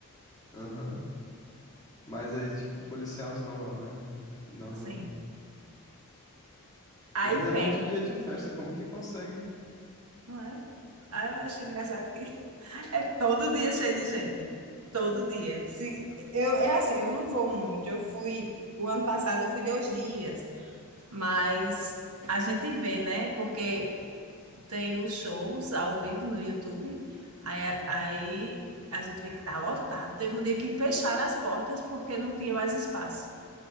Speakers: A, on the left (about 15°); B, on the right (about 80°).
A: Aham. Mas aí, tipo, policial normal, né? Na rua.
B: Sim. Aí
A: Mas é
B: pé,
A: muito dia de festa, como que consegue?
B: não é? Aí eu acho engraçado que É todo dia cheio de gente. Todo dia. Se, eu, é assim, eu não vou muito. Eu fui, o ano passado eu fui dois dias. Mas a gente vê, né? Porque tem os shows ao vivo no YouTube. Aí, aí a gente vê que tá lotado. Teve um dia que fecharam as portas porque não tinha mais espaço.